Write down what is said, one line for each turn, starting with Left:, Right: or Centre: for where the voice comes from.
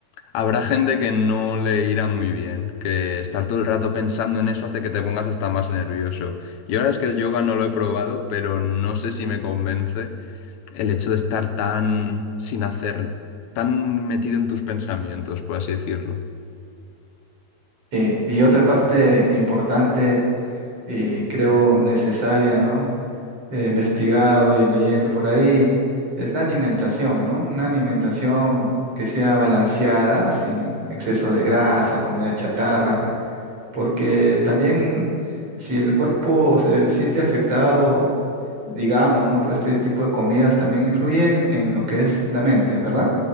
Left: habrá gente que no le irá muy bien, que estar todo el rato pensando en eso hace que te pongas hasta más nervioso. Y ahora es que el yoga no lo he probado, pero no sé si me convence el hecho de estar tan sin hacer, tan metido en tus pensamientos, por así decirlo.
Right: Sí, y otra parte importante y creo necesaria, ¿no? He investigado y leyendo por ahí, es la alimentación, ¿no? Una alimentación que sea balanceada, sin exceso de grasa, comida chatarra porque también si el cuerpo se siente afectado, digamos, ¿no? Por este tipo de comidas, también influyen en, en lo que es la mente, ¿verdad?